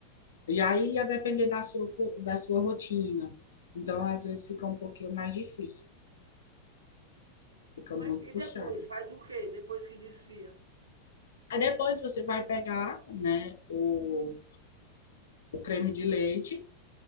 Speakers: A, on the left; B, on the right.
A: E aí ia depender da sua, co- da sua rotina. Então, às vezes fica um pouquinho mais difícil, fica
B: Mas
A: muito
B: e
A: puxado.
B: depois? Faz o quê? Depois que desfia?
A: Aí depois você vai pegar, né, o, o creme de leite